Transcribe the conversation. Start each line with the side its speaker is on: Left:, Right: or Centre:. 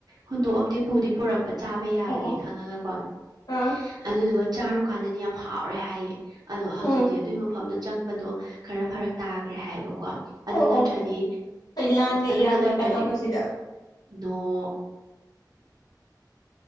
Right: ꯍꯨꯟꯗꯣꯛꯑꯝꯗꯦ ꯄꯨꯗꯤ ꯄꯨꯔꯛꯄ ꯆꯥꯕ ꯌꯥꯕꯅꯤ
Left: ꯑꯣ ꯑꯣ
Right: ꯈꯪꯉꯒꯀꯣ
Left: ꯑꯥ
Right: ꯑꯗꯨꯗꯨꯒ ꯆꯥꯔꯨ ꯀꯥꯟꯗꯗꯤ ꯌꯥꯝ ꯍꯥꯎꯔꯦ ꯍꯥꯏꯌꯦ ꯑꯗꯣ ꯍꯧꯖꯤꯛꯇꯤ
Left: ꯎꯝ
Right: ꯑꯗꯨꯒꯤ ꯃꯐꯝꯗ ꯆꯪꯕꯗꯣ ꯈꯔ ꯐꯔꯛ ꯇꯥꯈ꯭ꯔꯦ ꯍꯥꯏꯌꯦꯕꯀꯣ ꯑꯗꯨ
Left: ꯑꯣ
Right: ꯅꯠꯇ꯭ꯔꯗꯤ
Left: ꯑꯣ ꯍꯣꯏ ꯂꯥꯟꯒ
Right: ꯑꯗꯨꯅ
Left: ꯏꯔꯥꯡ
Right: ꯅꯥꯠꯂꯝꯗ꯭ꯔꯗꯤ
Left: ꯀꯩꯀꯥ ꯇꯧꯕꯁꯤꯗ
Right: ꯅꯣꯡ
Left: <inaudible> <unintelligible>